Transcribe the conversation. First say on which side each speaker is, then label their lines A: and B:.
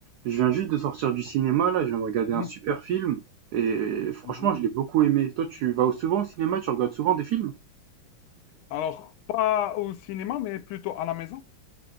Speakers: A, on the right; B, on the left.
A: Je viens juste de sortir du cinéma là, je viens de regarder
B: Mhm,
A: un super film et franchement,
B: mhm.
A: je l'ai beaucoup aimé. Toi, tu vas souvent au cinéma, tu regardes souvent des films?
B: Alors, pas au cinéma, mais plutôt à la maison.